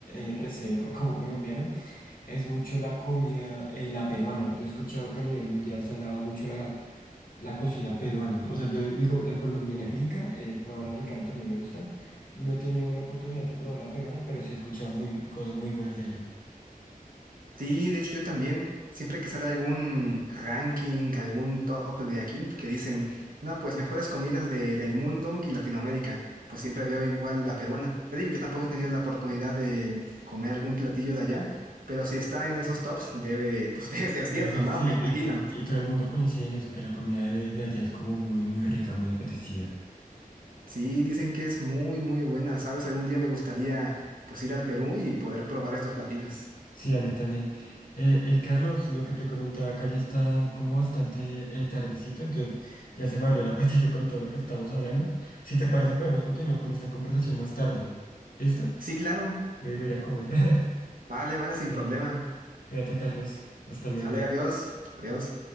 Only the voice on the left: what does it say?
eh, recelo <laughs> como colombiano es mucho la comida, eh, la peruana. Yo he escuchado que a nivel mundial se alaba mucho la cocina peruana. O sea, yo digo, la colombiana es rica, eh, pero la mexicana también me gusta. No he tenido la oportunidad de probar la peruana, pero sí he escuchado muy, cosas muy buenas de ella.
Debe
ser,
sí,
y, y- y todo el mundo coincide en eso, que la comida de, de allá es como muy, muy rica, muy apetecida.
Sí, a mí también. Eh, eh, Carlos, lo que te comentaba acá ya está como bastante eh, tardecito, entonces ya se me abrió el apetito con todo lo que estamos hablando. Si te parece, podemos continuar con esta conversación más tarde. ¿Listo?
Voy, voy a ir a comer.
<laughs>
Dale.
Cuídate, Carlos. Hasta luego.